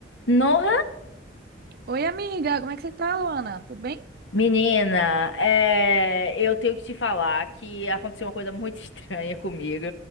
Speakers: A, on the left; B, on the right.
A: No
B: Oi, amiga, como é que você tá, Luana? Tudo bem?
A: Menina, é, eu tenho que te falar que aconteceu uma coisa muito <laughs> estranha comigo